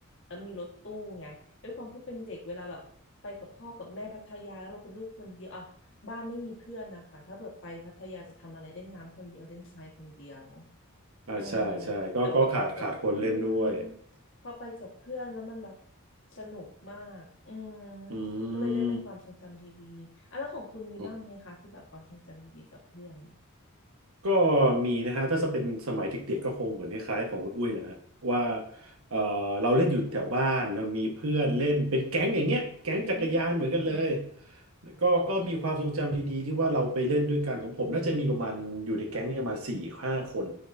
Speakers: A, on the left (about 60°); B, on the right (about 85°).
A: แล้วมีรถตู้ไง ด้วยความที่เป็นเด็กเวลาแบบไปกับพ่อกับแม่พัทยาแล้วเราเป็นลูกคนเดียวอ่ะบ้านไม่มีเพื่อนนะคะถ้าเบิดไปพัทยาจะทำอะไรเล่นน้ำคนเดียวเล่นทรายคนเดียว
B: อ่าใช่ใช่ก็ก็ขาดขาดคนเล่นด้วย
A: อืมแต่พอไปกับอืมพอไปกับเพื่อนแล้วมันแบบสนุกมากอืม
B: อื
A: ก็เลยได้เป็นความทรงจำดีๆอ่ะแล้วของคุณมีบ้างไหมคะที่แบบความทรงจำดีๆกับเพื่อน
B: ม ก็มีนะฮะถ้าจะเป็นสมัยเด็กๆก็คงเหมือนคล้ายๆของคุณอุ้ยแหละฮะว่าเออเราเล่นอยู่แถวบ้านเรามีเพื่อนเล่นเป็นแก๊งอย่างเงี้ยแก๊งจักรยานเหมือนกันเลย
A: อืม
B: ก็ก็มีความทรงจำดีๆที่ว่าเราไปเล่นด้วยกันของผมน่าจะมีประมาณอยู่ในแก๊งเนี่ยประมาณสี่ห้าคน